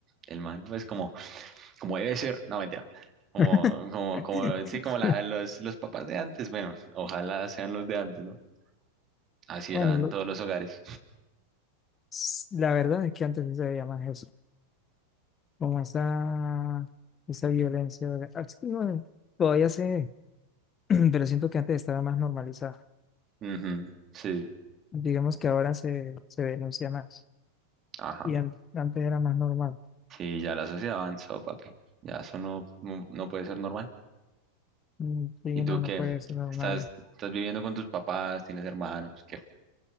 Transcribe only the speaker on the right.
el man, pues como, como debe ser, no mentira, como,
como, como, sí, como la- los, los papás de antes, bueno, ojalá sean los de antes, ¿no? Así
eran
todos los hogares.
Ujú, sí,
ajá,
sí, ya la sociedad avanzó, papi, ya eso no, no, no puede ser normal.
¿Y tú
qué?
¿Estás, estás viviendo con tus papás? ¿Tienes hermanos? ¿Qué?